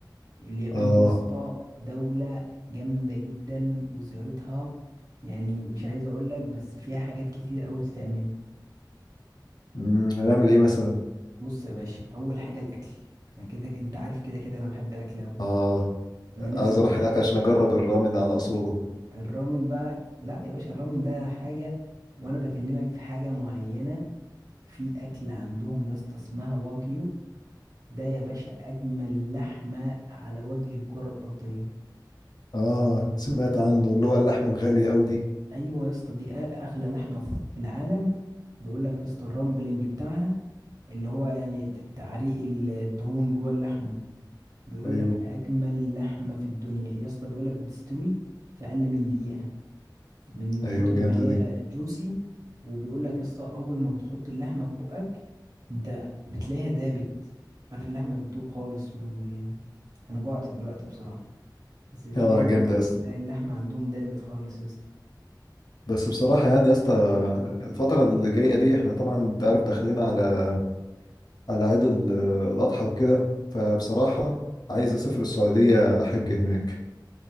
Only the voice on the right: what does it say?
اليابان
يا اسطى دولة جامدة جدا وزيارتها يعني مش عايز اقول لك بس فيها حاجات كتير قوي تتعمل
بص يا باشا اول حاجة الاكل انا كده انت عارف كده كده انا بحب الاكل قوي
انا نفسي
اجرب
الرامن بقى لا يا باشا الرامن ده حاجة وانا بكلمك في حاجة معينة في اكل عندهم يا اسطى اسمها واجيو ده يا باشا اجمل لحمة على وجه الكرة الارضية
ايوه يا اسطى دي أ- اغلى لحمة في في العالم بيقول لك يا اسطى الرامبلنج بتاعها اللي هو يعني ت- تعريق الدهون جوه اللحمة بيقول
لك اجمل لحمة في الدنيا يا اسطى بيقول لك بتستوي في اقل من دقيقة من
كتر
ما هي
جوسي وبيقول لك يا اسطى اول ما بتحط اللحمه في بقك انت بتلاقيها دابت عارف اللحمه بتدوب خالص ما- ما- يعني انا جوعت دلوقتي بصراحه بس تلاقي
ال-
تلاقي اللحمه عندهم دابت خالص يا اسطى